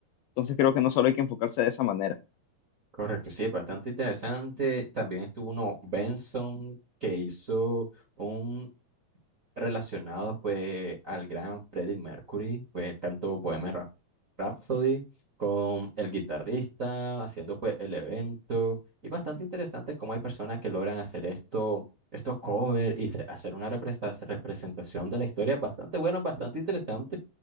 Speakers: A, on the left; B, on the right.
A: Entonces creo que no solo hay que enfocarse de esa manera.
B: Correcto, sí, es bastante interesante. También estuvo uno, Benson, que hizo un relacionado pues al gran Freddie Mercury, pues él cantó Bohemian Rhap- Rhapsody con el guitarrista, haciendo pues el evento. Y bastante interesante cómo hay personas que logran hacer esto, estos covers y se- hacer una represta- representación de la historia bastante bueno, bastante interesante.